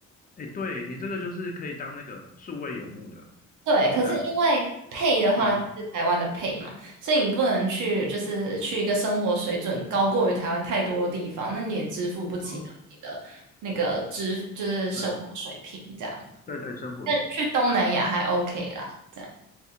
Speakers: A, on the left; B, on the right.
A: 哎，对你这个就是可以当那个数位游牧的，
B: 对，可是因为
A: 现在
B: pay 的话是台湾的
A: 对啊，
B: pay 嘛，所以你不能去就是去一个生活水准高过于台湾太多的地方，那你也支付不起当地的那个支就是生活水平这样。
A: 哦，对对对，生活的
B: 但去东南亚还 OK 啦，这样。